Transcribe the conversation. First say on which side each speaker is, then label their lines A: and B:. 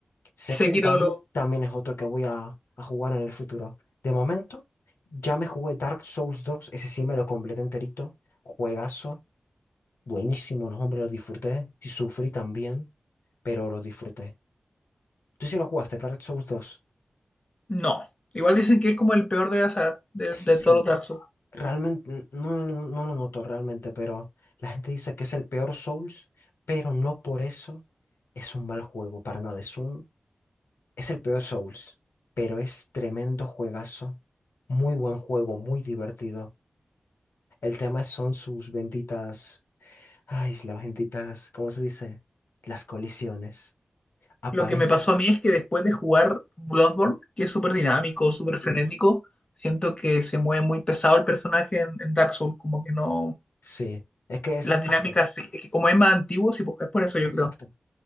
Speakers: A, on the left; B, on the left.
A: Sekiro
B: Sekiro
A: tam-
B: lo...
A: también es otro que voy a, a jugar en el futuro. De momento, ya me jugué Dark Souls dos ese sí me lo completé enterito. Juegazo, buenísimo, los hombres lo disfruté. Sí sufrí también, pero lo disfruté. ¿Tú sí lo jugaste, Dark Souls dos
B: No. Igual dicen que es como el peor de la saga, de,
A: Sí,
B: de todos los Dark Souls.
A: Realmente, no, no, no lo noto realmente, pero la gente dice que es el peor Souls, pero no por eso es un mal juego, para nada. Es un, es el peor Souls, pero es tremendo juegazo, muy buen juego, muy divertido. El tema son sus benditas, ay, las benditas, ¿cómo se dice? Las colisiones. Aparece.
B: Lo que me pasó a mí es que después de jugar Bloodborne, que es súper dinámico, súper frenético,
A: Ujú, ujú.
B: siento que se mueve muy pesado el personaje en, en Dark Souls, como que no...
A: Sí, es que es
B: Las dinámicas,
A: antes,
B: sí, es que como es más antiguo, sí, pues es por eso yo
A: exacto,
B: creo.